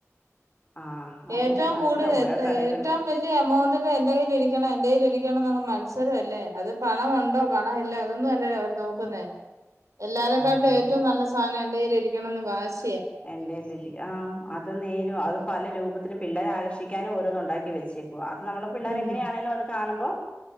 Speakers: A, on the left; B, on the right.
A: ആഹ് അതെ
B: ഏറ്റവും
A: മത്സരം
B: കൂടുതൽ
A: ഓരോ
B: എ
A: കടകളും
B: ഏറ്റവും വലിയ എമൗണ്ടില് എന്റെ കയ്യിൽ ഇരിക്കണം എന്റെ കയിൽ ഇരിക്കണം ണം എന്ന മത്സര അല്ലേ അത് പണ ഉണ്ടോ പണ അല്ല അതൊന്നും അല്ലല്ലേ അവര് നോക്കുന്നേ എല്ലാരേക്കാട്ടിലും
A: ആഹ്
B: ഏറ്റവും നല്ല സാധനം എന്റെ കയിൽ ഇരിക്കും ണന്ന് വാശി
A: എന്റെല ആ അത് നേരും അതും പല രൂപത്തി ത്തിന് പിള്ളേരെ ആകർഷാനും ഓരോന്ന ഉണ്ടാക്കി വെച്ചെക്കും അ അത്മ്മള പിള്ളേ
B: ഉം
A: എങ്ങനെയാണേിലും അത്ണും ഒ